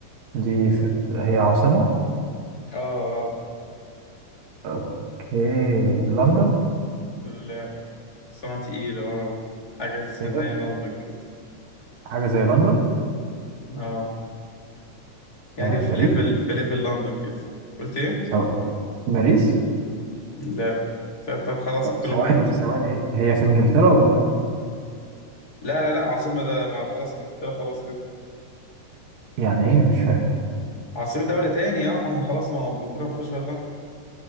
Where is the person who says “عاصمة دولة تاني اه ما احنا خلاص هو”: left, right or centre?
Left